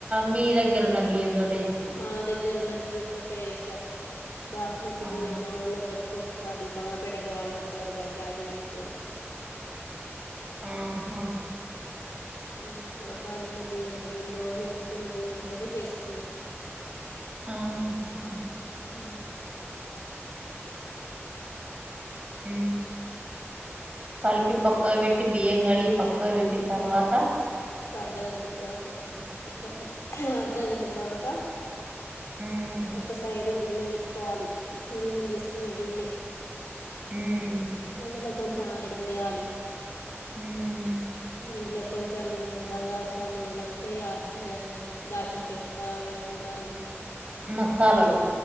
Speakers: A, on the right; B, on the left.
A: మీ దగ్గర ఉన్న బియ్యం తో
B: మా దగ్గరున్న బియ్యాం తొటేష బాస్మతి
A: ఆ
B: బియమ్ మా ఉలో దొరక్ కవ్ మరి బంగపేట పోవాలి ముప్పై రూపాయలు ఛార్జ్ పెట్టుకోని
A: ఆహా
B: ఉమ్ మా కాడున్న బియ్యంతో నేను రోజు వండుకునే బియ్యంతోటె చేసుకున్నామ్
A: ఆ అ
B: హ
A: అ కలిపి పక్కా పెట్టి బియ్యంగడి పక్క పెట్టిన తర్వాత
B: ఒక అర్ధఘంటా తరవాత ఒక అర్ధఘంటా తర్వాత
A: ఉమ్
B: ఒక సైడ్ గిన్నె పెట్టుకోవాలి బిర్యానీ చేసుకునే గిన్నె
A: ఉమ్
B: అందలో కొంచం ఆ అది పోయాలి
A: ఉమ్
B: అందులో చెం మన బగార సామాన్లు వస్తాయి ఆ దాచిన చెక్క, లవంగాలు
A: మసాలాలు